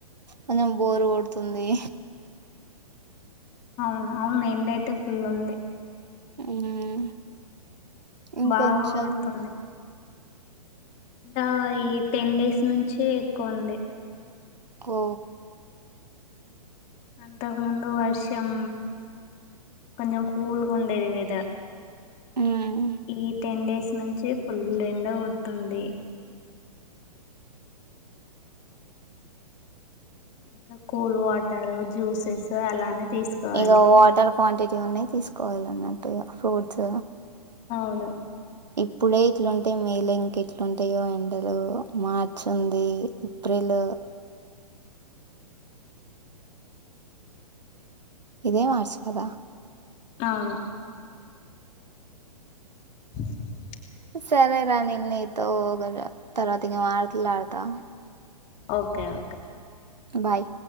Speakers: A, on the right; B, on the left.
A: కొంచెం బోరు కొడుతుంది
B: అవునా అవునా ఎండయితే ఫుల్ ఉంది
A: మ్మ్ ఇంకొంచెం
B: బాగా కొడుతుంది ఆ ఈ టెన్ డేస్ నుంచి ఎక్కువ ఉంది
A: ఓ
B: అంతకుముందు వర్షం కొంచెం కూల్ గా ఉండేది వెదర్
A: మ్మ్
B: ఈ టెన్ డేస్ నుంచి ఫుల్ ఎండ కొడుతుంది ఇంకా కూల్ వాటర్ జ్యూసెస్ అలానే తీసుకోవాలి
A: ఇక వాటర్ క్వాంటిటీ ఉన్నాయి తీసుకోవాలి అన్నట్టు ఇ ఫ్రూట్స్
B: అవును
A: ఇప్పుడే ఇట్లుంటాయి మే లో ఇంక ఎట్లుంటాయో ఎండలు మార్చ్ ఉంది ఏప్రిల్ ఆ ఇదే మార్చు కదా
B: అవును <inaudible>
A: సరేరా నేను నీతో తర్వాత కి మాట్లాడతా
B: ఓకే ఓకే
A: బాయ్